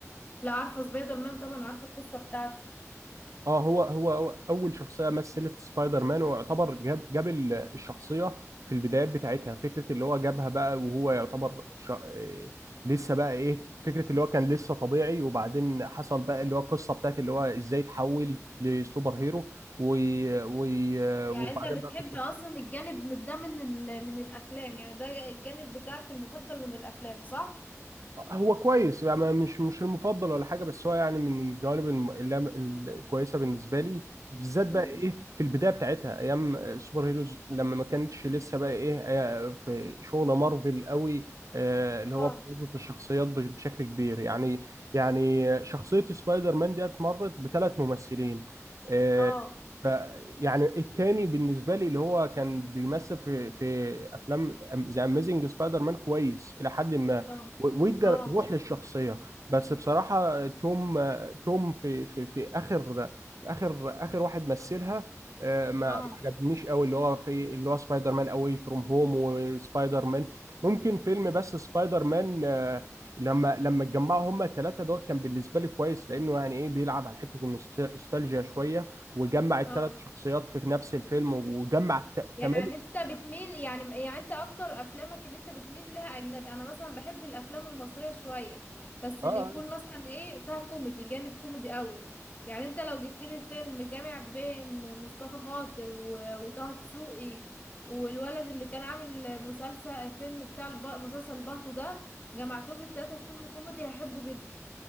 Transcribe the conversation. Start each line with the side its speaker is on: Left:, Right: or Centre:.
Left: لا عارفه سبايدر مان طبعا عارفه القصه بتاعته
Right: اه هو هو هو اول شخصيه مثلت سبايدر مان ويعتبر جاب جاب ال- الشخصيه في البدايات بتاعتها فكره اللي هو جابها بقى وهو يعتبر ش... إيه، لسه بقى ايه فكره اللي هو كان لسه طبيعي وبعدين حصل بقى اللي هو القصه بتاعت اللي هو ازاي تحول لسوبر هيرو و... و... وبعدين
Left: يعني انت بتحب
Right: بقى قصه
Left: اصلا الجانب من- ده من ال... من الافلام يعني ده الجانب بتاعك المفضل من الافلام صح
Right: هو كويس يعني مش مش المفضل ولا حاجه بس هو يعني من الجوانب الم- اللي أنا- الكويسه بالنسبه لي بالذات بقى
Left: امم
Right: ايه في البدايه بتاعتها ايام السوبر هيروز لما ما كانتش لسه بقى ايه آه، في شغل مارفل قوي آه، اللي
Left: اه
Right: هو بوظت الشخصيات بش- بشكل كبير يعني يعني شخصيه سبايدر مان ديت مرت بثلاث ممثلين آه،
Left: اه
Right: ف- يعني التاني بالنسبه لي اللي هو كان بيمثل في في افلام ذا اميزنج سبايدر مان كويس الى حد ما
Left: اه
Right: و- وادى
Left: اه
Right: روح للشخصيه بس بصراحه توم توم في في في اخر في اخر اخر واحد مثلها آه، ما
Left: اه
Right: ما عجبنيش قوي اللي هو في اللي هو سبايدر مان اواي فروم هوم وسبايدر مان ممكن فيلم بس سبايدر مان آه، لما لما اتجمعوا هما الثلاثه دول كان بالنسبه لي كويس لانه يعني ايه بيلعب على حته النوستالجيا شويه وجمع الثلاث
Left: اه
Right: شخصيات في نفس الفيلم وجمع الت-
Left: يعني
Right: كمان
Left: انت بتميل يعني يعني انت اكتر افلامك اللي انت بتميل لها اجنبي انا مثلا بحب الافلام المصرية شوية بس
Right: اه
Left: اللي يكون مثلا ايه فيها كوميدي جانب كوميدي قوي يعني انت لو جبت لي فيلم جامع بين مصطفى خاطر و- وطه دسوقي والولد اللي كان عامل مسلسل فيلم بتاع الب... مسلسل بالطو ده جمعتهم للتلاتة في فيلم كوميدي هحبه جدا